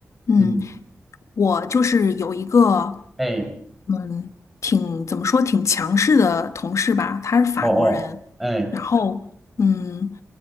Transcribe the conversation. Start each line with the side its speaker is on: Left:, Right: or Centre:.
Left: 嗯，
Centre: 嗯，
Left: 我就是有一个，
Centre: 哎，
Left: 嗯，挺怎么说挺强势的同事吧，他是法国人，
Centre: 哦哦，哎，
Left: 然后嗯，